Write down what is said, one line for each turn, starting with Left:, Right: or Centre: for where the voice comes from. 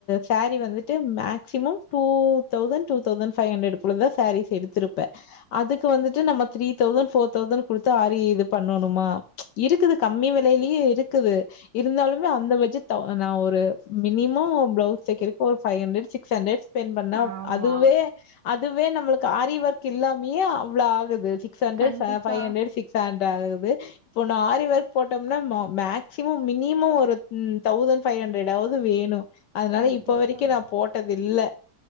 Left: சாரீ வந்துட்டு maximum two thousand two thousand five ஹண்ட்ரட்க்குள்ள தா சாரீஸ் எடுத்திருப்ப அதுக்கு வந்துட்டு நம்ம த்ரீ தௌசண்ட் ஃபோர் தௌசண்ட் குடுத்து ஆரி இது பண்ணனுமா இருக்குது கம்மி விலையிலயு இருக்குது இருந்தாலுமே அந்த பட்ஜெட்தா நா ஒரு மினிமம் பிளவுஸ் தெக்கறதுக்கு ஒரு five hundred six hundred design பண்ணா
Right: ஆமாம்
Left: அதுவே அதுவே நம்மளுக்கு ஆரிஓவர்க் இல்லாமையே அவ்ளோ ஆகுது சிக்ஸ் ஹண்ட்ரட்
Right: கண்டிப்பாக
Left: ஃபை ஃபைவ் சிக்ஸ் ஹண்ட்ரட் ஆகுது இப்ப நா ஆரி ஒர்க் போட்டோம்னா மேக் மேக்சிமம் மினிமோ ஒரு தௌசண்ட் ஃபைவ் ஹண்ட்ரட் ஆவது வேணு அதனால
Right: கண்டிப்பாக
Left: இப்ப வரைக்கு நான் போட்டது இல்ல